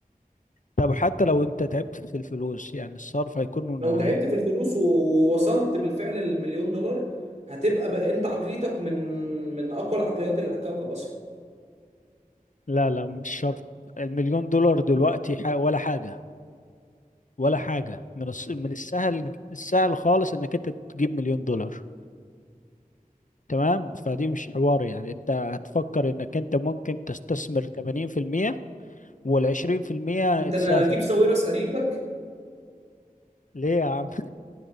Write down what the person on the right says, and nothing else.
لو
تعبت في الفلوس و- ووصلت بالفعل للمليون دولار هتبقى بقى انت عقليتك من من اقوى العقليات اللي على الكوكب اصلا
انت
انا اجيب ساويرس قريبك